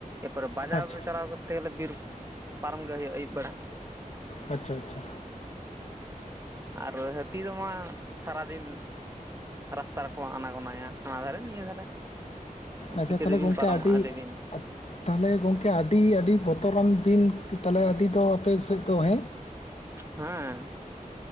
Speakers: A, on the right (about 20°); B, on the left (about 50°).
A: ᱮᱯᱚᱨᱮ ᱵᱟᱡᱟᱨ
B: ᱟᱪᱪᱷᱟ
A: ᱨᱮ ᱪᱟᱞᱟᱣ ᱠᱚᱨᱛᱮ ᱜᱮᱞᱮ ᱵᱤᱨᱼ ᱯᱟᱨᱚᱢ ᱜᱮ ᱦᱩᱭᱩᱜ-ᱟ ᱟᱹᱭᱩᱵ ᱵᱮᱲᱟ᱾
B: ᱟᱪᱪᱷᱟ ᱟᱪᱪᱷᱟ᱾
A: ᱟᱨ ᱦᱟᱹᱛᱤ ᱫᱚᱢᱟ ᱥᱟᱨᱟᱫᱤᱱ, ᱨᱟᱥᱛᱟ ᱨᱮᱠᱚ ᱟᱱᱟᱜᱚᱱᱟᱭᱟ ᱦᱟᱱᱟ ᱫᱷᱟᱨᱮ ᱱᱤᱭᱟᱹ ᱫᱷᱟᱨᱮ
B: ᱟᱪᱪᱷᱟ
A: ᱪᱤᱠᱟᱹᱛᱮᱵᱤᱱ
B: ᱛᱟᱦᱚᱞᱮ ᱜᱚᱝᱠᱮ
A: ᱯᱟᱨᱚᱢᱚᱜᱼᱟ
B: ᱟᱹᱰᱤ
A: ᱞᱟᱹᱭ ᱵᱤᱱ
B: ᱛᱟᱦᱚᱞᱮ ᱜᱚᱝᱠᱮ ᱟᱹᱰᱤ ᱟᱹᱰᱤ ᱵᱚᱛᱚᱨᱟᱱ ᱫᱤᱱ ᱛᱟᱦᱚᱞᱮ ᱟᱹᱰᱤ ᱫᱚ ᱟᱯᱮ ᱥᱮᱫ ᱫᱚ ᱦᱮᱸ
A: ᱦᱮᱸ,